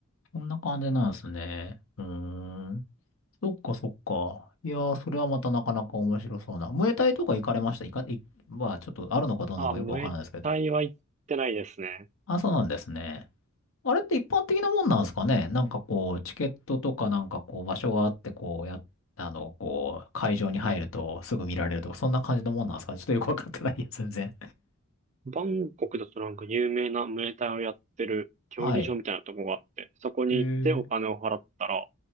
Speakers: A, on the left; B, on the right.
A: そんな感じなんですね。うーん。そっかそっか。いやー、それはまたなかなか面白そうな。ムエタイとか行かれました行か、い、まあ、ちょっとあるのかどうなのかよくわからないですけど。
B: あ、ムエタイは行ってないですね。
A: あ、そうなんですね。あれって一般的なもんなんですかねなんかこう、チケットとかなんかこう、場所があって、こう、や、あの、こう、会場に入るとすぐ見られるとか、そんな感じのもんなんですかね <laughs> ちょっとよくわかってないや、全然。
B: バンコクだとなんか有名なムエタイをやってる競技場みたいなとこがあって、
A: はい。
B: そこに行ってお金を払ったら
A: えー、